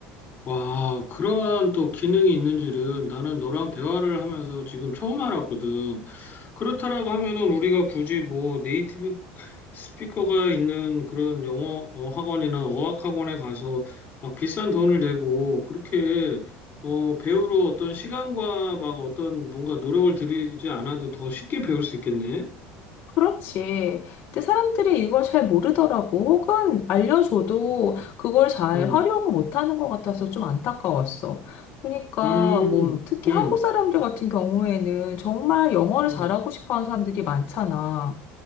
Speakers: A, on the left; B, on the left.
A: 와, 그런 또 기능이 있는 줄은 나는 너랑 대화를 하면서 지금 처음 알았거든. 그렇다라고 하면은 우리가 굳이 뭐 네이티브 스피커가 있는 그런 영어 어, 학원이나 어학 학원에 가서 막 비싼 돈을 내고 그렇게 어, 배우러 어떤 시간과 막 어떤 뭔가 노력을 들이지 않아도 더 쉽게 배울 수 있겠네.
B: 그렇지. 근데 사람들이 이걸 잘 모르더라고. 혹은 알려줘도 그걸 잘
A: 음,
B: 활용을 못하는 것 같아서 좀 안타까웠어. 그러니까
A: 음,
B: 뭐 특히
A: 음,
B: 한국 사람들 같은 경우에는 정말 영어를
A: 음,
B: 잘하고 싶어하는 사람들이 많잖아.